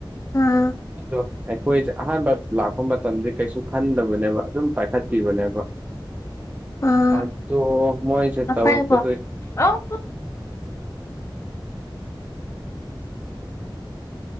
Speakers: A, on the left (about 35°); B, on the right (about 20°).
A: ꯑꯥ
B: ꯑꯗꯣ ꯑꯩꯈꯣꯏꯁꯦ ꯑꯍꯥꯟꯕ ꯂꯥꯛꯄ ꯃꯇꯝꯗꯤ ꯀꯩꯁꯨ ꯈꯟꯗꯕꯅꯦꯕ ꯑꯗꯨꯝ ꯄꯥꯏꯈꯠꯄꯤꯕꯅꯦꯕ
A: ꯑꯥ
B: ꯑꯗꯣ ꯃꯣꯏꯁꯦ
A: ꯑꯝ
B: ꯇꯧꯔꯛꯄꯗꯨꯏ
A: ꯄꯥꯏꯌꯨꯀꯣ ꯑꯧ